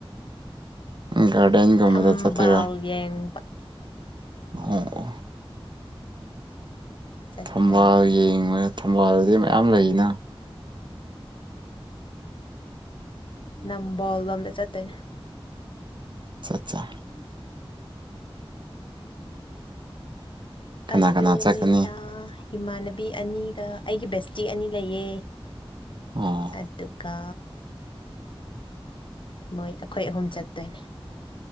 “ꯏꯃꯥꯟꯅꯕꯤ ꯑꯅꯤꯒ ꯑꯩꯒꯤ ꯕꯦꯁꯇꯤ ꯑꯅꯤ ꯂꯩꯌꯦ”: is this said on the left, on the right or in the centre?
Left